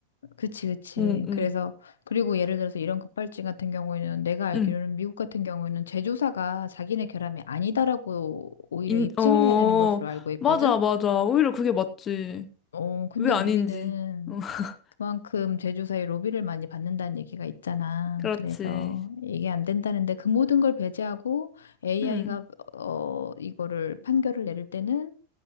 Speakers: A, on the left; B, on the left.
A: 그치, 그치.
B: 응, 응,
A: 그래서, 그리고 예를 들어서 이런 급발진 같은 경우에는 내가 알기로는
B: 응.
A: 미국 같은 경우에는 제조사가 자기네 결함이 아니다라고 오히려
B: 인,
A: 입증을
B: 어,
A: 해야 되는 것으로 알고 있거든.
B: 맞아, 맞아. 오히려 그게 맞지.
A: 어, 근데
B: 왜 아닌지.
A: 우리는
B: 어, <laughs>
A: 그만큼 제조사의 로비를 많이 받는다는 얘기가 있잖아.
B: 그렇지.
A: 그래서 이게 안 된다는데 그 모든 걸 배제하고 AI가
B: 응,
A: 어, 이거를 판결을 내릴 때는